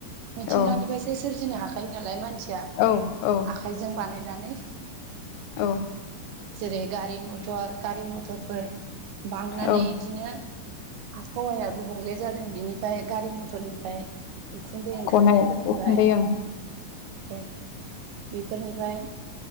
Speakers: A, on the right (about 80°); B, on the left (about 85°).
A: मिथिंगानिफ्रायसो
B: औ
A: सोरजिनो <unintelligible> नायनालाय <unintelligible> ‌ <unintelligible>
B: औ औ
A: आखायजों बानाय बिनानै
B: औ।
A: जेरै गारि मथर गारि <unintelligible> थरफोर बांनानै
B: औ
A: बिदिनो आबहावायाबो <unintelligible> बुंले जादों बेनिफ्राय गारि मथरनिफ्राय उखुन्दै ओंखारनायफोरनिफ्राय
B: गनाय उखुन्दै ओं
A: औ बेफोरनिफ्राय